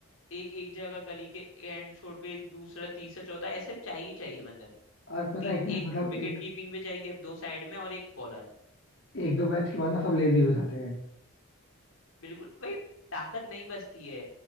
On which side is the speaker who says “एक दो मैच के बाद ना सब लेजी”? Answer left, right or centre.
Left